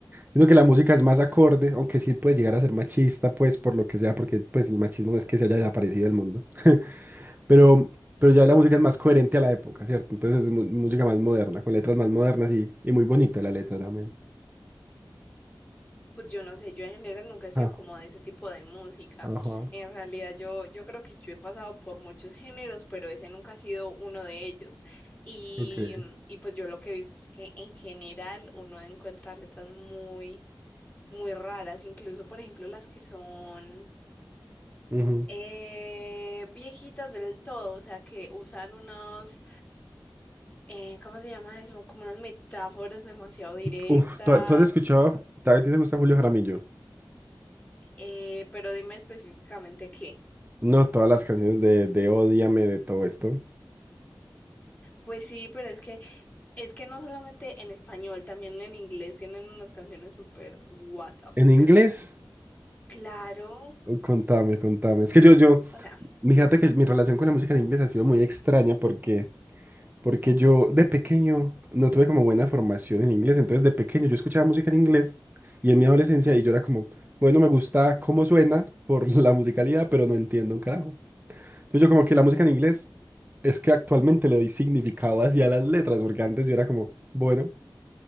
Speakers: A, on the right (about 25°); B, on the left (about 20°).
A: siento que la música es más acorde, aunque sí puede llegar a ser machista, pues por lo que sea, porque pues el machismo no es que se haya desaparecido del mundo. <laughs> Pero, pero ya la música es más coherente a la época, ¿cierto? Entonces es mu- música más moderna, con letras más modernas y, y muy bonita la letra también.
B: Pues yo no sé, yo en general nunca he sido
A: Ah,
B: como de ese tipo de música.
A: Ajá,
B: En realidad yo, yo creo que yo he pasado por muchos géneros, pero ese nunca ha sido uno de ellos. Y,
A: ok.
B: mm, y pues yo lo que he visto es que en general uno encuentra letras muy, muy raras, incluso por ejemplo las que son
A: ujú.
B: eh, viejitas del todo, o sea que usan unos, eh, ¿cómo se llama eso? Como unas metáforas demasiado directas,
A: Uf, ¿tú, tú has escuchado, a ti te gusta Julio Jaramillo?
B: eh, pero dime específicamente qué.
A: No, todas las canciones de, de Ódiame, de todo esto.
B: Pues sí, pero es que Es que no solamente en español, también en inglés tienen unas canciones súper what the fuck.
A: ¿En inglés?
B: Claro,
A: Oh, Contame, contame. Es que yo, yo,
B: o sea,
A: fíjate que mi relación con la música en inglés ha sido muy extraña porque, porque yo de pequeño no tuve como buena formación en inglés. Entonces de pequeño yo escuchaba música en inglés y en mi adolescencia y yo era como, bueno, me gusta cómo suena por <laughs> la musicalidad, pero no entiendo un carajo. Entonces yo como que la música en inglés es que actualmente le doy significado hacia las letras porque antes yo era como, bueno.